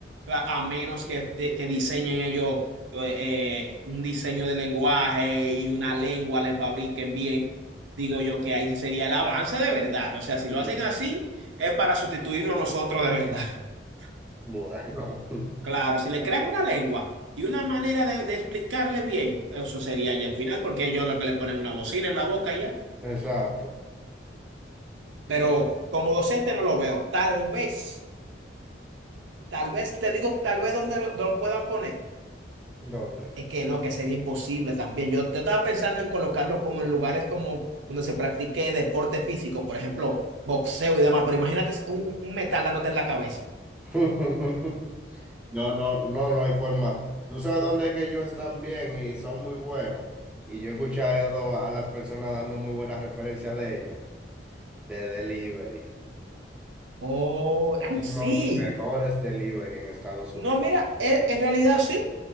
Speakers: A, on the right; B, in the centre.
A: a, menos que, de- que diseñen ellos eh, eh, un diseño de lenguaje y una lengua le fabriquen bien, digo yo que ahí sí sería el avance de verdad. O sea, si
B: Ujú.
A: lo hacen así, es para sustituirnos a nosotros de verdad. <laughs>
B: Bueno,
A: Claro, si le crean una lengua y una manera de, de explicarle bien, eso sería ya al final, porque ellos lo que le ponen una bocina en la boca y ya.
B: <laughs> exacto.
A: Pero como docente no lo veo. Tal vez, tal vez, te digo, tal vez donde lo lo puedan poner
B: ¿Dónde?
A: Es que no, que sería imposible también. Yo, yo estaba pensando en colocarlo como en lugares como donde se practique deporte físico, por ejemplo, boxeo y demás, pero imagínate un, un- metal dándote en la cabeza.
B: <laughs> No, no, no, no hay forma. Tú sabes dónde es que ellos están bien y son muy buenos. Y yo he escuchado a las personas dando muy buenas referencias de ellos, de delivery.
A: Oh,
B: Son
A: ay, sí.
B: Los mejores delivery en Estados Unidos.
A: No, mira, e- en realidad sí.